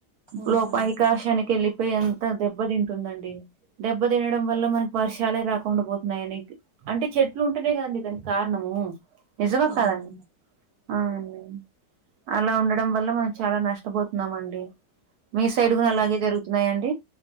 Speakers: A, on the left; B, on the right.
A: అవునండి
B: లోప ఆకాశానికి వెళ్ళిపోయేంత దెబ్బ తింటుందండి దెబ్బ తినడం వల్ల మనకి వర్షాలే రాకు కుండా పోతున్నాయని అంటే చెట్లు ఉంటేనేయి కదండి దానికి కారణము నిజమా
A: అవునండి
B: కాదండి అవునండి అలా ఉండడం వల్ల మనం చాలా నష్టపోతున్నాము అండి మీ సైడ్ కూడా
A: అవునండి
B: అలాగే జరుగుతున్నాయండి